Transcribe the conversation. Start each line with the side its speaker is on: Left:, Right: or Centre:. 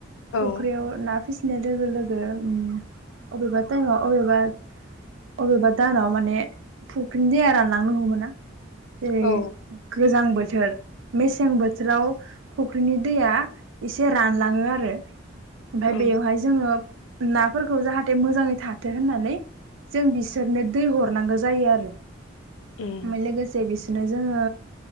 Left: औ
Right: फख्रियाव ना फिसिनाय लोगो लोग। जाया उम अबेबा टाइमाव अबेबा-अबेबा दानाव माने फुख्रिनि दैया रानलांनो हमोना? जेरै
Left: औ
Right: गोजां बोथोर मेसें बोथोराव फुख्रिनि दैया एसे रानलाङो आरो। ओमफाय
Left: ओं
Right: बेवहाय जोङो नाफोरखौ जाहाथे मोजाङै था थो होननानै जों बिसोरनो दै हरनांगौ जायो आर। ओ।
Left: उम
Right: मे लोगोसे बिस नो जोङो